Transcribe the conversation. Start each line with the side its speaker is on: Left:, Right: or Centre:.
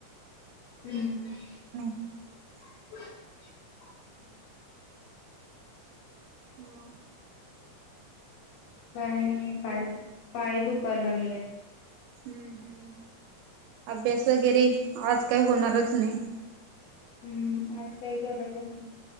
Left: हम्म हम्म.
Right: <inaudible>
Left: <inaudible>
Right: मं.
Left: काय नाही पाय पाय दुखाय लागल्यात.
Right: हम्म हम्म अभ्यास वगैरे आज काही होणारच नाय.
Left: हुम आज काय करतंच